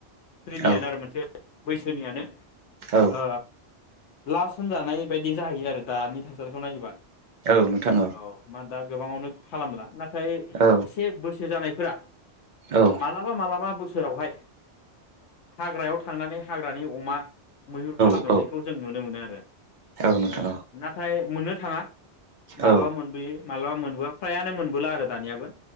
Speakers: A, on the left; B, on the right.
A: स्रिनियानो
B: औ
A: आरो मोनसे बैसोनियानो
B: औ
A: ओ लास होनजानाय बेबायदि जाहैयो आरो दानि थासारिखौ नायोबा
B: औ नोंथां
A: औ मा दा गोबाङावनो खालामला नाथाय
B: औ
A: एसे बोसोर जानाय फोरा
B: औ
A: मालाबा मालाबा बोसोरावहाय हाग्रायाव थांनानै हाग्रानि अमा मैहुर खालामहैनायखौ
B: औ
A: जों नुनो मोनो आरो
B: औ नोंथां
A: ओ नाथाय मोननो थाङा मालाबा
B: औ
A: मोनबोयो मालाबा मोनबो फ्रायानो मोनबोला आरो दानियाबो